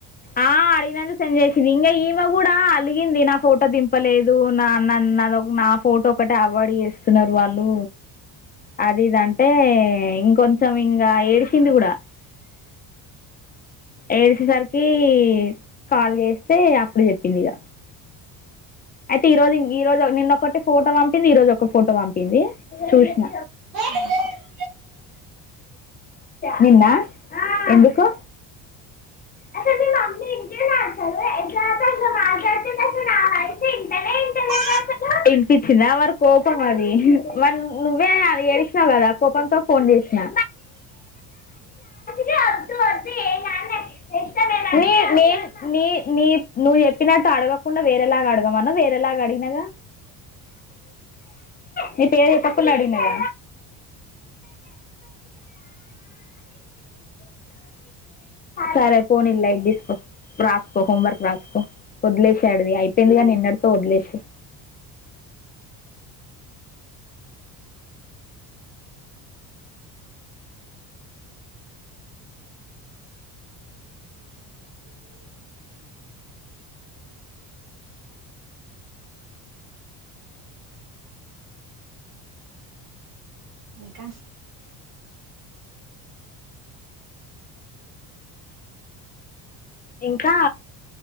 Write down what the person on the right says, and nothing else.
అ
పా
ఇంకా